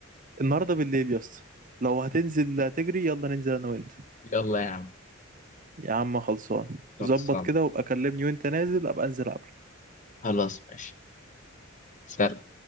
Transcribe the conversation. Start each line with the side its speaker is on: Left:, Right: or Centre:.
Right: النهارده بالليل يا اسطى لو هتنزل تجري يلا ننزل انا وانت
Left: يلا يا عم
Right: يا عم خلصان
Left: خلصان
Right: ظبط كده وابقى كلمني وانت نازل ابقى انزل قبلك
Left: خلاص ماشي سلام